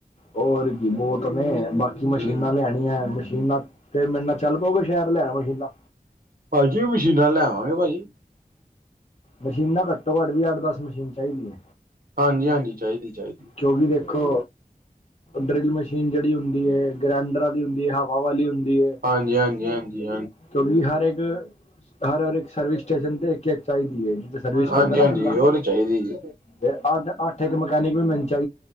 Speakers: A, on the left (about 45°); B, on the right (about 70°).
A: ਹੋਰ ਕੀ ਬਹੁਤ ਨੇ ਬਾਕੀ ਮਸ਼ੀਨਾਂ
B: ਹੂੰ
A: ਲਿਆਣ ਨੀ ਐ ਮਸ਼ੀਨਾਂ ਤੇ ਮੇਰੇ ਨਾਲ ਚੱਲ ਪਉਗੇ ਸ਼ੈਰ ਲੈਣ ਮਸ਼ੀਨਾਂ?
B: ਹਾਂਜੀ, ਮਸ਼ੀਨਾਂ ਲੈ ਆਵਾਂਗੇ ਪਾਜੀ।
A: ਮਸ਼ੀਨਾਂ ਘੱਟੋ ਘੱਟ ਵੀ ਅੱਠ-ਦੱਸ ਮਸ਼ੀਨ ਚਾਈਦੀਏ।
B: ਹਾਂਜੀ-ਹਾਂਜੀ, ਚਾਈਦੀ-ਚਾਈਦੀ।
A: ਜੋ ਵੀ ਦੇਖੋ ਡਰਿਲ ਮਸ਼ੀਨ ਜੇੜੀ ਹੁੰਦੀਏ, ਗ੍ਰੈਂਡਰਾਂ ਦੀ ਹੁੰਦੀਏ, ਹਵਾ ਵਾਲੀ ਹੁੰਦੀਏ।
B: ਹਾਂਜੀ-ਹਾਂਜੀ-ਹਾਂਜੀ-ਹਾਂਜੀ
A: ਕਿਉਂਕਿ ਹਰ ਏਕ ਹਰ ਇੱਕ ਸਰਵਿਸ ਸਟੇਸ਼ਨ ਤੇ ਇੱਕ-ਇੱਕ ਚਾਈਦੀ ਏ, ਜਿੱਥੇ ਸਰਵਿਸ ਕਰਦਾ
B: ਹਾਂਜੀ-ਹਾਂਜੀ
A: ਨਾ‌ ਬੰਦਾ।
B: ਉਹ ਨੀ ਚਾਈਦੀ ਜੀ।
A: ਫੇਰ ਅੱਠ-ਅੱਠ ਏਕ ਮਕੈਨਿਕ ਵੀ ਮਿਲ